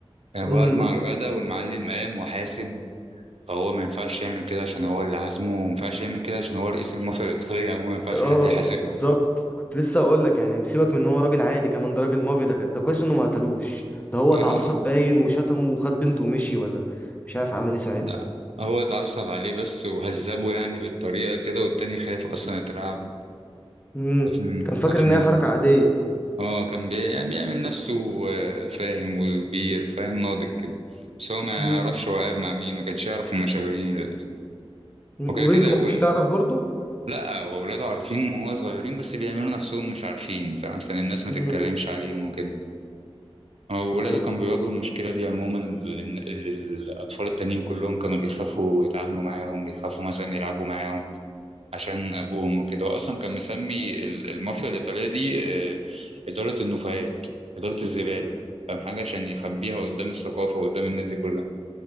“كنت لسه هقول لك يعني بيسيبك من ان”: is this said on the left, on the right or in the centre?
Left